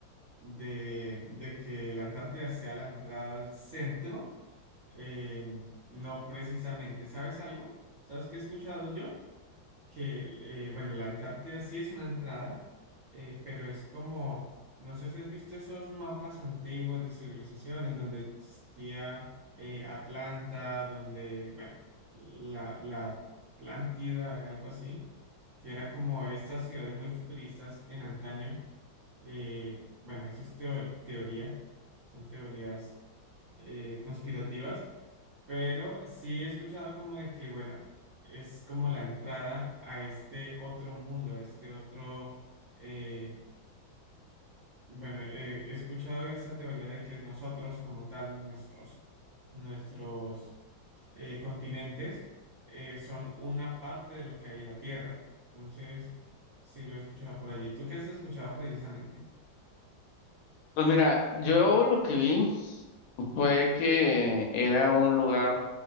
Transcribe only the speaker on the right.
de, de que la Antártida sea la entrada al centro. eh, no precisamente. ¿Sabes algo? ¿Sabes qué he escuchado yo? que, eh, bueno, la Antártida sí es una entrada, eh, pero es como, no sé si has visto esos mapas antiguos de civilizaciones donde existía eh, Atlanta, donde, bueno, la, la Atlántida, algo así, que era como estas ciudades muy futuristas en antaño. eh, bueno, eso es teo- teoría, son teorías eh, conspirativas. Pero sí he escuchado como de que, bueno, es como la entrada a este otro mundo, a este otro, eh, bueno, eh, he escuchado esa teoría de que nosotros como tal, nuestros, nuestros eh, continentes eh, son una parte de lo que hay en la Tierra. Entonces, sí lo he escuchado por allí. ¿Tú qué has escuchado precisamente?